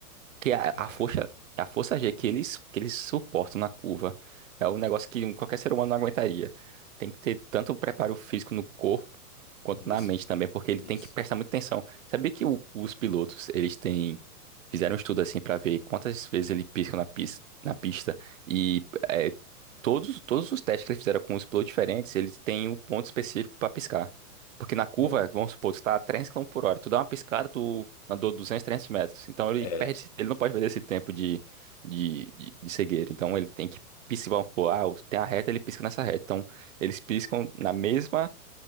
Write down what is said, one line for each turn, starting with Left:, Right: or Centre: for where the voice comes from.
Right: que a,
Left: é,
Right: a força, a força G que eles, que eles suportam na curva é um negócio que qualquer ser humano não aguentaria. Tem que ter tanto preparo físico no corpo quanto
Left: isso,
Right: na mente também, porque ele
Left: isso.
Right: tem que prestar muita atenção. Sabia que o- os pilotos, eles têm Fizeram um estudo assim para ver quantas vezes ele pisca na pista, na pista e é, todos, todos os testes que eles fizeram com os pilotos diferentes, eles têm um ponto específico para piscar. Porque na curva,
Left: É.
Right: vamos supor, tu tá a 300 km por hora, tu dá uma piscada, tu andou 200, 300 metros. Então ele
Left: É.
Right: perde, esse- ele não pode perder esse tempo de, de, de, de cegueira. Então ele tem que piscar, vamos supor, ah, tem a reta, ele pisca nessa reta. Então eles piscam na mesma,